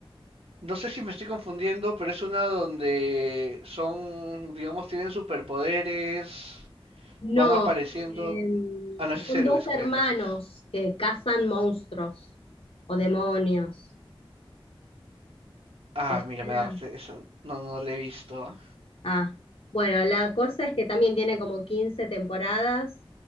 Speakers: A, on the right; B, on the left.
A: No sé si me estoy confundiendo, pero es una donde son, digamos, tienen superpoderes,
B: No,
A: van apareciendo.
B: em,
A: Ah, no, ese
B: son
A: es héroes,
B: dos
A: creo,
B: hermanos
A: entonces.
B: que cazan monstruos o demonios.
A: Ah,
B: ¿Te suena?
A: mira, me agarraste esa. No, no no la he visto. ¿ah?
B: Ah, bueno, la cosa es que también tiene como quince temporadas